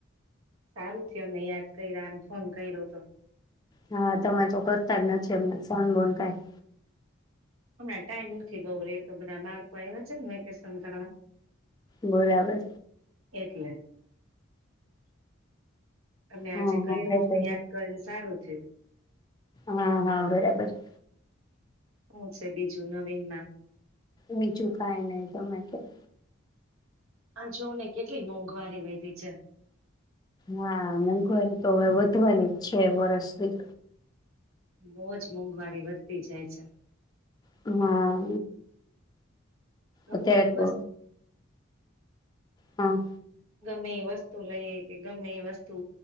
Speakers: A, on the right; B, on the left.
A: સારું છે, અમને યાદ કયરા ને ફોન કયરો તો.
B: હા, તમે તો કરતા જ નથી અમને ફોન બોન કાંઈ.
A: હમણા ટાઈમ નથી બઉ રેતો, બધા બાળકો આયવા છે ને વેકેશન કરવા.
B: બરાબર.
A: એટલે. અને
B: હા
A: આજે કઈરો
B: હા એટલે
A: અમને યાદ કરીને સારું. જે
B: હાં હાં, બરાબર છે.
A: હું છે બીજું નવીનમાં?
B: બીજું કાંય નઈ તમે ક્યો.
A: આ જોને કેટલી મોંઘવારી વયધી છે.
B: હા મોંઘવારી તો હવે વધવાની જ છે વરષથી.
A: બહુજ મોંઘવારી વધતી જાય છે.
B: હા. અત્યારે
A: ગમે એ
B: તો હા.
A: ગમે એ વસ્તુ લઈ એ કે ગમે એ વસ્તુ,